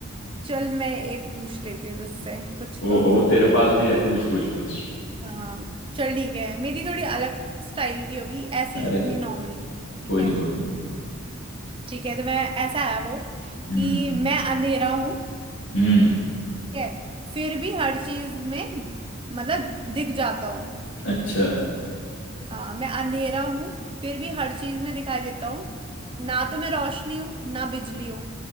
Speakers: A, on the right; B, on the left.
A: चल मैं एक पूछ लेती हूँ तुझसे कुछ
B: ओहो
A: तो तू
B: तेरे पास
A: इतनी
B: भी है पूछ पूछ पूछ
A: हाँ चल ठीक है मेरी थोड़ी अलग स्टाइल की होगी ऐसी
B: अरे
A: इतनी नॉर्मल ठीक
B: कोई
A: है
B: नहीं कोई नहीं
A: ठीक है तो मैं ऐसा है वो
B: हम्म
A: कि मैं अंधेरा हूं
B: हम्म
A: ठीक है फिर भी हर चीज में मतलब दिख जाता हूँ
B: अच्छा
A: हाँ मैं अंधेरा हूँ फिर भी हर चीज में दिखाई देता हूँ ना तो मैं रोशनी हूँ ना बिजली हूँ